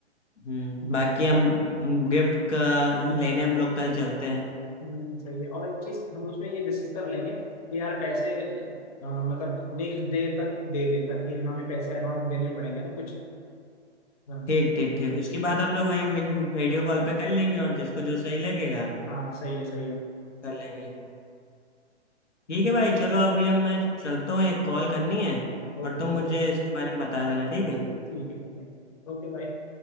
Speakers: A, on the left; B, on the left.
A: हम्म बाकी हम गिफ्ट का लेने हम लोग कल चलते हैं
B: हम्म, सही है और एक चीज हम उसमें ये डिस्कस कर लेंगे कि यार पैसे अ, मतलब नेक्स्ट डे तक दे देता कि हमें पैसे एडवांस देने पड़ेंगे ना कुछ हाँ
A: ठीक ठीक ठीक उसके बाद हम लोग वही वीडियो कॉल पे कर लेंगे और जिसको जो सही लगेगा
B: हाँ सही है सही है
A: कर लेंगे ठीक है भाई चलो अभी हम मैं चलता हूँ एक कॉल
B: तो
A: करनी है
B: ओके
A: और तुम
B: ओके
A: मुझे इसके बारे में बता देना ठीक है
B: ठीक है ठीक है ओके भाई